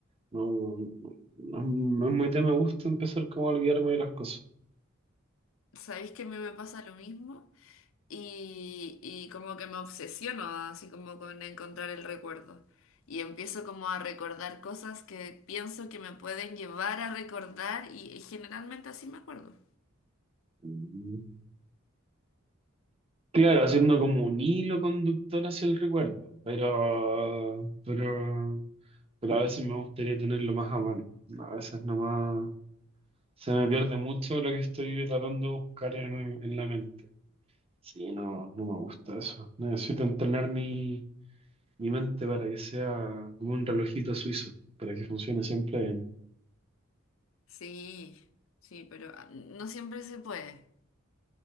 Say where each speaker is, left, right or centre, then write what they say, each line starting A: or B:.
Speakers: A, on the right; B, on the left.
A: No, no, no es muy de me gusta empezar como a olvidarme de las cosas.
B: ¿Sabéis que a mí me pasa lo mismo? y, y como que me obsesiono así como con encontrar el recuerdo. Y empiezo como a recordar cosas que pienso que me pueden llevar a recordar y, y generalmente así me acuerdo.
A: Mm. Claro, haciendo como un hilo conductor hacia el recuerdo, pero, pero, pero a veces me gustaría tenerlo más a mano. A veces nomás se me pierde mucho lo que estoy tratando de buscar en, en la mente. Sí, no, no me gusta eso. Necesito entrenar mi, mi mente para que sea como un relojito suizo, para que funcione siempre
B: Sí, sí, pero ah, no siempre se puede.